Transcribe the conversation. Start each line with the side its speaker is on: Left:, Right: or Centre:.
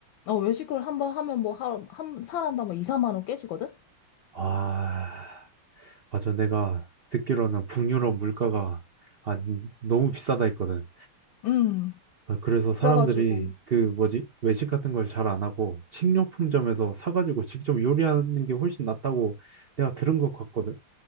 Left: 어, 외식을 한번 하면 뭐, 하, 한 사람당 뭐 2, 3만 원 깨지거든?
Right: 아, 맞아. 내가 듣기로는 북유럽 물가가 아, 너무 비싸다 했거든.
Left: 음.
Right: 아, 그래서 사람들이
Left: 그래가지고,
Right: 그 뭐지? 외식 같은 걸 잘 안 하고 식료품점에서 사가지고 직접 요리하는 게 훨씬 낫다고 내가 들은 것 같거든.